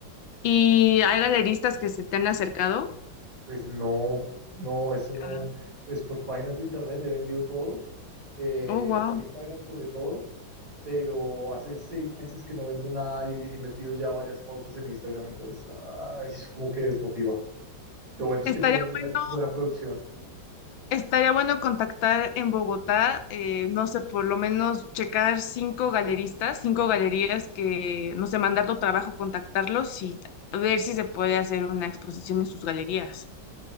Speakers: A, on the left; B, on the right.
A: ¿Y hay galeristas que se te han acercado?
B: Pues no, no, eso no,
A: Ah,
B: pues por páginas de internet he vendido todo, eh,
A: Oh, wow.
B: por Instagram sobre todo, pero hace seis meses que no vendo nada y he metido ya varias pautas en Instagram, entonces, ay, es como que desmotiva. Lo bueno es
A: Estaría
B: que tengo
A: bueno,
B: buen- buena producción.
A: estaría bueno contactar en Bogotá, eh, no sé, por lo menos checar cinco galeristas, cinco galerías que, no sé, mandar tu trabajo, contactarlos y ver si se puede hacer una exposición en sus galerías.